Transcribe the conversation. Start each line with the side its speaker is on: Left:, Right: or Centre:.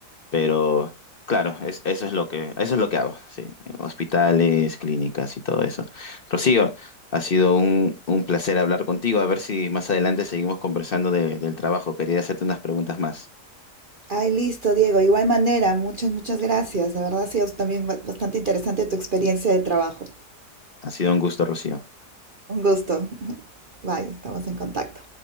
Left: Pero claro, es- eso es lo que, eso es lo que hago, sí. Hospitales, clínicas y todo eso. Rocío, ha sido un, un placer hablar contigo. A ver si más adelante seguimos conversando de- del trabajo. Quería hacerte unas preguntas más.
Right: Ay, listo, Diego. De igual manera, muchas, muchas gracias. De verdad ha sido también ba- bastante interesante tu experiencia de trabajo.
Left: Ha sido un gusto, Rocío.
Right: Un gusto. <laughs> Bye, estamos en contacto.